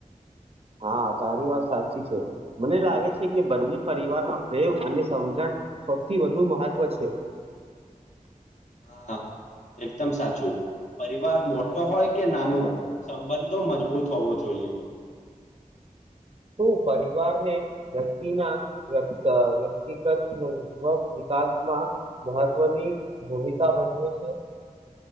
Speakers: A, on the right; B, on the left.
A: હા તારી વાત સાચી છે મને લાગે છે કે બંને પરિવારમાં પ્રેમ અને સમજણ સૌથી વધુ મહત્વ છે
B: હા એકદમ સાચું પરિવાર મોટો હોય કે નાનો સંબંધો મજબૂત હોવો જોઈએ
A: શું પરિવારને વ્યક્તિના અ વ્યક્તિગત <unintelligible> વિકાસમાં મહત્વની ભૂમિકા ભજવે છે.